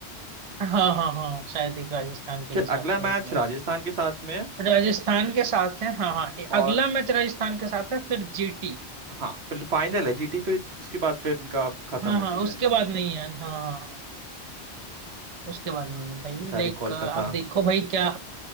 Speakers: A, on the right (about 45°); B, on the right (about 70°).
A: हाँ हाँ हाँ शायद एक राजस्थान के
B: शायद
A: भी साथ
B: अगला मैच
A: है एक मैच
B: राजस्थान के साथ में है
A: राजस्थान के साथ है हाँ हाँ ए-
B: और
A: अगला मैच राजस्थान के साथ है फिर जीटी
B: हाँ फिर फाइनल है जीटी फिर उसके बाद फिर इनका खत्म
A: हाँ
B: है
A: हाँ
B: सीजन
A: उसके बाद नहीं है हाँ हाँ हाँ, उसके बाद नहीं है भाई
B: बेचारी
A: लाइक
B: कोलकाता
A: आप देखो भाई क्या